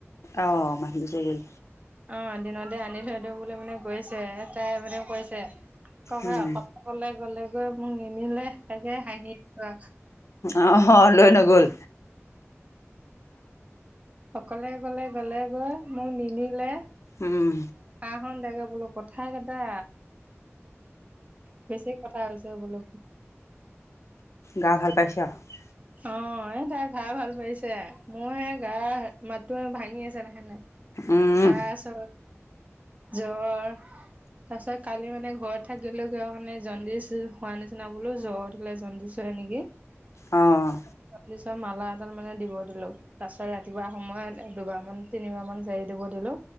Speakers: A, on the left; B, on the right.
A: অ', মাতি থৈ গ'ল।
B: অ দিন দি আনি থৈ দিওঁ বুলি মানে গৈছে তাই মানে কৈছে ককা
A: উম।
B: অকলে কলে গলে গৈ মোক নিনিলে তাকে হাঁহি আ
A: অ হ লৈ নগল
B: অকলে অকলে গলে গৈ মোক নিনিলে
A: উম,
B: আন দে বোলো কথা কেইটা বেছি কথা হৈছে তাকে বুলো
A: গা ভাল পাইছে আৰু
B: অ এ তাই গা ভাল পাইছে মোৰ হেয়া গা মাতো ভাঙি আছে দেখা নাই
A: উম।
B: খাইছো জ্বৰ তাৰ পিছত কালি মানে ঘৰত থাকিলোগে ঘৰ মানে জণ্ডিছ হোৱা নিচিনা বোলো জ্বৰ উঠিলে জণ্ডিছ নেকি
A: অ',
B: কৈছে মালা এডাল মানে দিব দিলো তাৰ পিছত ৰাতিপুৱা সময়ত দুবাৰ মান তিনিবাৰ মান জাৰি দিব দিলো